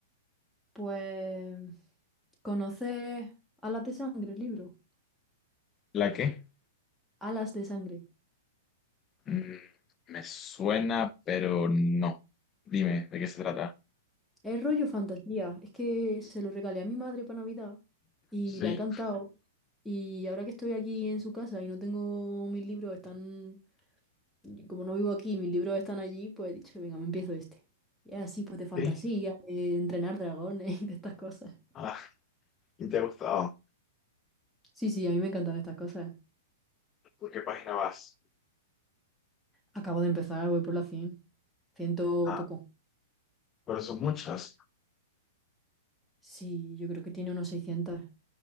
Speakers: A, in the centre; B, on the left.
A: Pues conoces Alas de Sangre, el libro.
B: ¿La qué?
A: Alas de Sangre.
B: Mm, me suena, pero no. Dime, ¿de qué se trata?
A: Es rollo fantasía. Es que se lo regalé a mi madre para Navidad y
B: Sí.
A: le ha encantado. Y ahora que estoy aquí en su casa y no tengo mis libros, están... Como no vivo aquí, mis libros están allí, pues he dicho, venga, me empiezo este. Y es así, pues de fantasía,
B: Sí.
A: de entrenar dragones <laughs> y de estas cosas.
B: Ah, ¿y te ha gustado?
A: Sí, sí, a mí me encantan estas cosas.
B: ¿Por qué página vas?
A: Acabo de empezar, voy por las 100, Ciento
B: Ah,
A: poco.
B: pero son muchas.
A: Sí, yo creo que tiene unos 600.